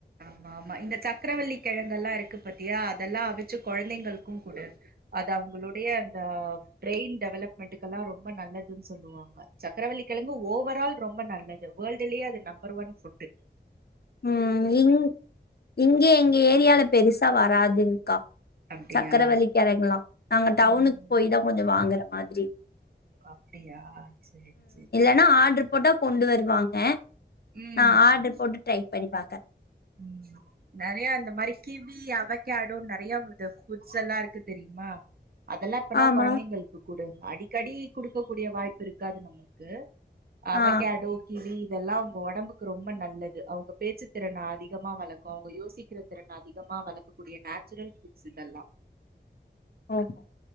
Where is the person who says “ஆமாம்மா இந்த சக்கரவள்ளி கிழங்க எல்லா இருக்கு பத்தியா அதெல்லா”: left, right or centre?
Right